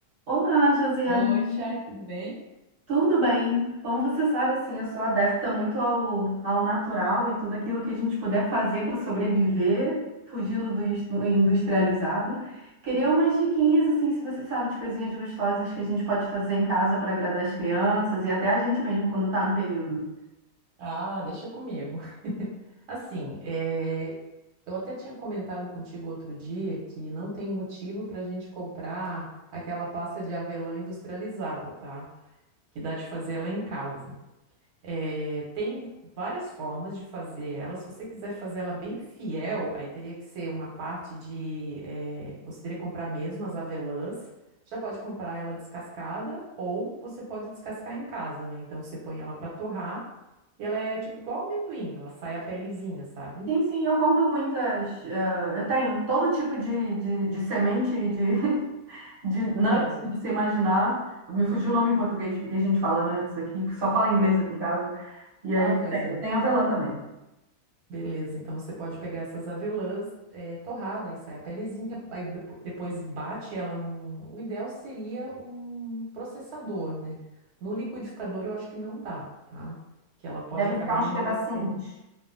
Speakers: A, on the right; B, on the right.
A: Olá, Josiane.
B: Oi, Chay, tudo bem?
A: Tudo bem? Como você sabe, assim, eu sou adepta muito ao, ao natural e tudo aquilo que a gente puder fazer para sobreviver, fugindo do is- do industrializado. Queria umas diquinhas, assim, se você sabe de coisinhas gostosas que a gente pode fazer em casa para agradar as crianças e até a gente mesmo quando está no período.
B: Ah, deixa comigo. Assim, é, eu até tinha comentado contigo outro dia que não tem motivo para a gente comprar aquela pasta de avelã industrializada, tá? Que dá de fazer ela em casa. É, tem várias formas de fazer ela. Se você quiser fazer ela bem fiel, aí teria que ser uma parte de. eh, você teria que comprar mesmo as avelãs. Já pode comprar ela descascada ou você pode descascar em casa, né? Então você põe ela para torrar e ela é tipo igual amendoim, ela sai a pelezinha, sabe?
A: Sim, sim, eu compro muitas. eh, eu tenho todo tipo de, de, de semente de de nuts
B: Aham.
A: que você imaginar. Me fugiu o nome em português, porque a gente fala nuts aqui, que só fala inglês aqui em casa. E aí
B: Ah, pois
A: tem,
B: é.
A: tem avelã também.
B: Beleza, então você pode pegar essas avelãs eh, torrada, aí sai a pelezinha, aí depo- depois bate ela num. O ideal seria um processador, né? No liquidificador eu acho que não dá, tá? Que ela pode
A: Deve
B: acabar
A: ficar uns
B: endurecendo.
A: pedacinhos.